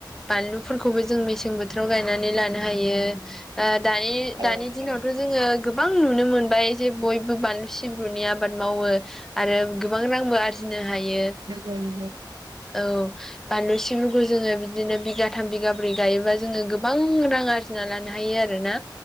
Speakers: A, in the centre; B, on the right.
A: बानलुफोरखौबो जों मेसें बोथोराव गायनानै लानो हायो। दानि
B: औ
A: दानि दिनावथ' जोङो गोबां नुनो मोनबाय जे बयबो बानलु सिब्रुनि आबाद मावो। आरो गोबां रांबो
B: औ
A: आरजिनो हायो
B: नंगौ नंगौ
A: औ बानलुसिफोरखौ जोङो बिदिनो बिगाथाम बिगाब्रै गायोबा जोङो गोबां रां आर फ लानो हायो आरोोना